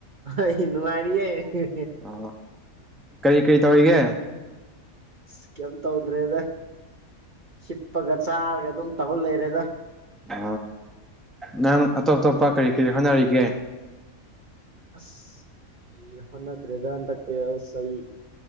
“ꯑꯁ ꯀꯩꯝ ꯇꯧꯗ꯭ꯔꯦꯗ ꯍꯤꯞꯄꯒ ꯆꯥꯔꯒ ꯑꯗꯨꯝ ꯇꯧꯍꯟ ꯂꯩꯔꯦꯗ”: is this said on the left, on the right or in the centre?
Right